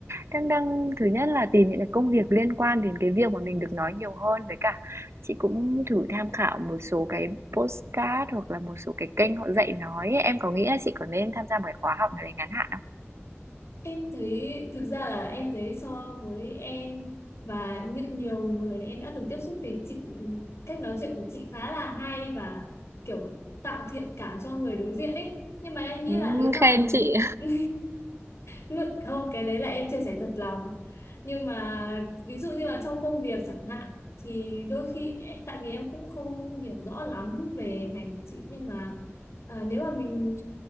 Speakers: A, on the right; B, on the left.
A: đang đang thứ nhất là tìm những cái công việc liên quan đến cái việc mà mình được nói nhiều hơn với cả Chị cũng thử tham khảo một số cái postcard hoặc là một số cái kênh họ dạy nói ấy. Em có nghĩ là chị có nên tham gia một cái khóa học nào đấy ngắn hạn không?
B: Em thấy thực ra là em thấy so với em và những nhiều người em đã từng tiếp xúc thì chị cách nói chuyện của chị khá là hay và kiểu tạo thiện cảm cho người đối diện ấy nhưng mà em nghĩ
A: Ừ,
B: là nếu mà
A: khen chị
B: <laughs> ngược không cái đấy là em chia sẻ thật lòng nhưng mà ví dụ như là trong công việc chẳng hạn thì đôi khi tại vì em cũng không hiểu rõ lắm về ngành của chị nhưng mà à, nếu mà mình